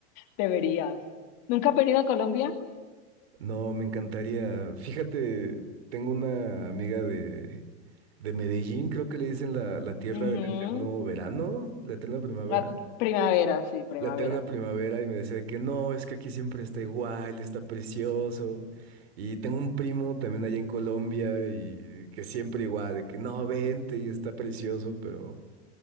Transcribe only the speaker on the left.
Deberías. ¿Nunca has venido a Colombia?
Ujú.
La primavera, sí, primavera.